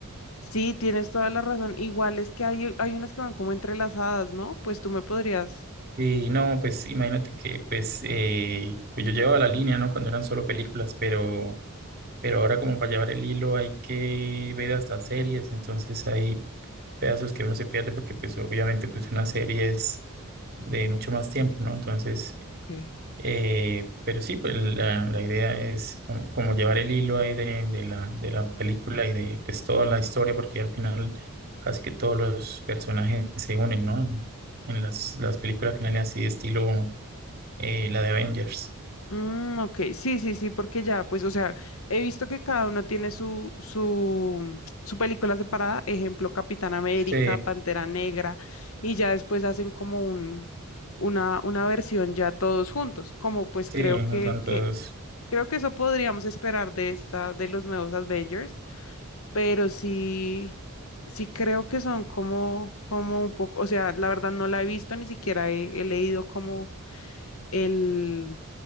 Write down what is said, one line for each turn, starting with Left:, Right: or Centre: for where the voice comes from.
Left: Sí, tienes toda la razón. Igual es que hay, hay unas que van como entrelazadas, ¿no? Pues tú me podrías.
Right: Y no, pues imagínate que pues, eh, pues yo llevaba la línea, ¿no? Cuando eran solo películas, pero, pero ahora como para llevar el hilo hay que ver hasta series, entonces hay pedazos que uno se pierde porque pues obviamente pues una serie es de mucho más tiempo, ¿no? Entonces
Left: Ok.
Right: Eh, pero sí, pues la, la idea es como, como llevar el hilo ahí de, de la, de la película y de pues toda la historia, porque al final casi que todos los personajes se unen, ¿no? En, en las, las películas finales así de estilo eh, la de Avengers.
Left: Mm, ok, sí, sí, sí, porque ya, pues, o sea, he visto que cada uno tiene su, su, su película separada, ejemplo, Capitán América,
Right: Sí,
Left: Pantera Negra, y ya después hacen como un, una, una versión ya todos juntos, como pues
Right: sí,
Left: creo que,
Right: juntan todos
Left: que, creo que eso podríamos esperar de esta, de los nuevos Avengers, pero sí, sí creo que son como, como un poco, o sea, la verdad no la he visto, ni siquiera he, he leído como el,